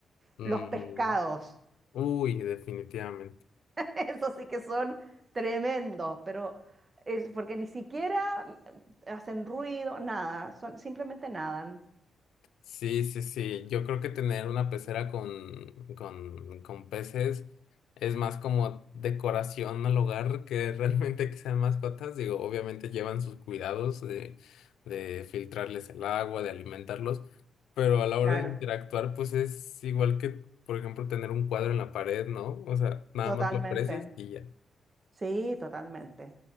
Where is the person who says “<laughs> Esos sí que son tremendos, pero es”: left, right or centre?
Right